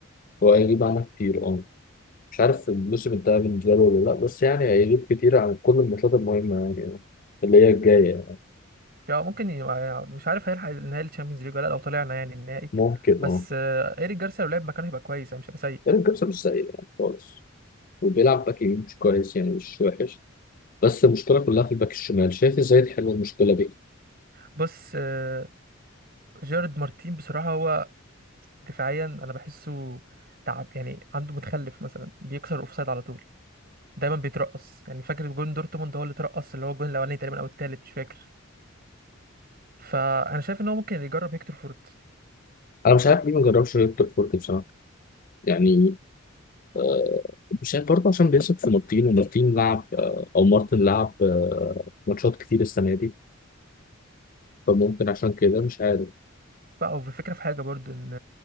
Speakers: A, on the left; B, on the right.
A: هو هيجيب عنها كتير اه مش عارف الموسم انتهى بالنسبة له ولا لا بس يعني هيجيب كتير عن كل الماتشات المهمة يعني آه، اللي هي الجاية يعني.
B: يعني ممكن ي- مش عارف هيلحق النهائي الشامبيونز ليج ولا لأ، لو طلعنا يعني النهائي
A: ممكن
B: بس
A: اه
B: آه، ايريك جارسيا لو لعب مكانه هيبقى كويس يعني مش هيبقى سيء
A: يعني الجبسة مش سيء يعني خالص وبيلعب باك يمين مش كويس يعني مش وحش بس المشكلة كلها في الباك الشمال شايف ازاي تحل المشكلة دي
B: بص آه، جيرارد مارتين بصراحه هو دفاعيا انا بحسه تعب يعني عنده متخلف مثلا بيكسر الاوفسايد على طول دايما بيترقص يعني فاكر جون دورتموند هو اللي اترقص اللي هو الجون الاولاني تقريبا او التالت مش فاكر فانا شايف ان هو ممكن يجرب هيكتور فورت
A: انا مش عارف ليه ما جربش هيكتور فورت بصراحة يعني آه، مش عارف برضه عشان بيثق في مارتين ومارتين لعب آه، او مارتن لعب آه، ماتشات كتير السنة دي فممكن عشان كده مش عارف
B: بقى الفكره في حاجه برضو ان